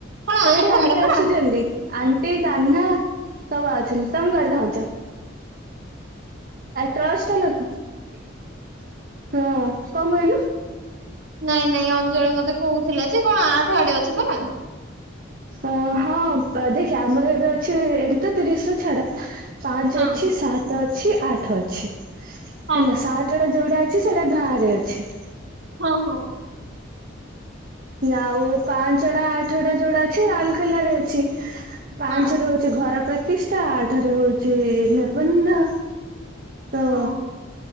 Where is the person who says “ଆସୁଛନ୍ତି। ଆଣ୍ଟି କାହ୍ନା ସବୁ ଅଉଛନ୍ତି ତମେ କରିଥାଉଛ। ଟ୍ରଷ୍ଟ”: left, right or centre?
Right